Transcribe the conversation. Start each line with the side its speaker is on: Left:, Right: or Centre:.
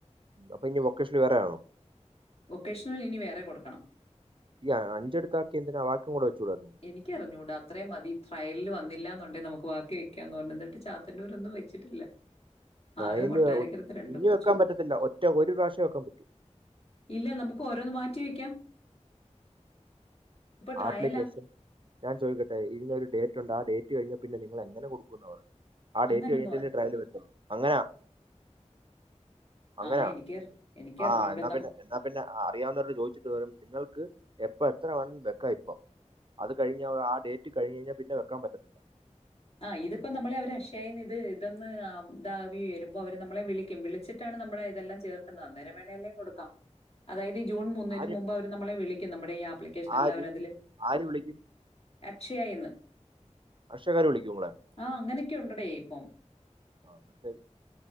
Right: അപ്പൊ ഇനി വൊക്കേഷനിൽ വരാ ആണോ
Left: വൊക്കേഷണൽ ഇനി വേറെ കൊടുക്കണം
Right: ഈ അഞ്ച അടുത്താക്കിയ എന്തിന ആഹ് വാക്കിയും കൂടെ വെച്ചുടായിരുന്നോ
Left: എനിക്കറിഞ്ഞൂട അത്രയും മതി ട്രയൽ വന്നില്ലാന്ന് ഉണ്ടങ്ക നമുക്ക് വാക്കി വെക്കാന്ന് പറഞ്ഞ എന്നിട്ട് ചാത്തനൂര് ഒന്നു വെച്ചിട്ടില്ല
Right: ട്രയല്
Left: ആകെ കൊട്ടാരക്കരത്ത് രണ്ടും
Right: ഇനി
Left: വെച്ചു.
Right: വെക്കാൻ പറ്റത്തില്ല ഒറ്റ ഒരു പ്രാവശ്യം വെക്കാൻ പറ്റു
Left: ഇല്ല നമുക്ക് ഓരോന്ന് മാറ്റി വയ്ക്കാം ട്രയലാ.
Right: ആപ്ലിക്കേഷൻ ഞാൻ ചോദിക്കട്ടെ ഇതിനൊരു ഡേറ്റ്ണ്ട് ആഹ് ഡേറ്റ് കഴിഞ്ഞ പിന്നെ നിങ്ങള് എങ്ങനെ കൊടുക്കൂന്ന് പറയുന്ന ആഹ് ഡേറ്റ്
Left: അങ്ങനൊന്നും
Right: കഴിഞ്ഞിട്ടെ
Left: അ
Right: അല്ലെ ട്രയൽല് വരത്തോള് അങ്ങനാ അങ്ങനെയാ
Left: ആ എനിക്കറി എനിക്കറിഞ്ഞൂടാ.
Right: ആഹ് എന്നാ
Left: നമുക്ക്
Right: പിന്നെ പിന്നെ അറിയാവുന്നവരോട് ചോദിച്ചിട്ട് വരു നിങ്ങൾക്ക് എപ്പ എത്ര വേണം വെക്കാം ഇപ്പം അത് കഴിഞ്ഞാൽ ആഹ് ഡേറ്റ് കഴിഞ് കഴിഞ്ഞാൽ പിന്നെ വെക്കാൻ പറ്റത്തില്ല
Left: ആഹ് ഇതിപ്പോ നമ്മളെ അവര് അഷയായിന്ന് ഇത് ഇതന്ന്താവി വരുമ്പോ അവരെ നമ്മളെ വിളിക്കും വിളിച്ചിട്ട് ടാണ് നമ്മള ഇതെല്ലാം ചേർക്കുന്നത് അന്നേരം വേണല്ലേ കൊടുക്കാം അതായത് ഈ ജൂൺ മൂന്നിന്
Right: ആര്
Left: മുമ്പ് അവര് നമ്മളെ വിളിക്കും നമ്മുടെ ഈ ആപ്ലിക്കേഷന എല്ലാം
Right: ആര്
Left: അവര് അതില്
Right: ആര് വിളിക്കും
Left: അക്ഷയായിന്ന്
Right: അക്ഷയക്കാര് വിളിക്കുമോ നമ്മളെ
Left: ആഹ് അങ്ങനെയൊക്കെ ഉണ്ടടേ ഇപ്പം
Right: ആഹ് ശരി